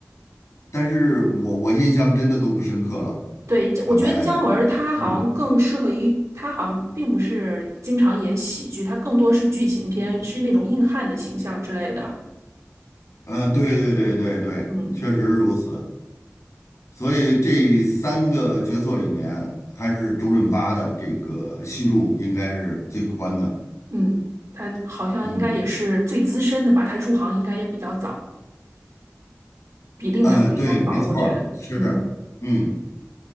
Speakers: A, on the left; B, on the right.
A: 但是我我印象真的都不深刻了，
B: 对，这我觉得姜文他好像更适合于，
A: 坦白来讲，嗯，
B: 他好像并不是经常演喜剧，他更多是剧情片，是那种硬汉的形象之类的。
A: 呃，对对对对对，
B: 嗯
A: 确实如此。所以这三个角色里面，还是周润发的这个戏路应该是最宽的。
B: 嗯，他好像应该也是最资深的吧，
A: 嗯，
B: 他入行应该也比较早，比另两位要早，
A: 呃，对，没错儿，
B: 我觉得。
A: 是，
B: 嗯，
A: 嗯，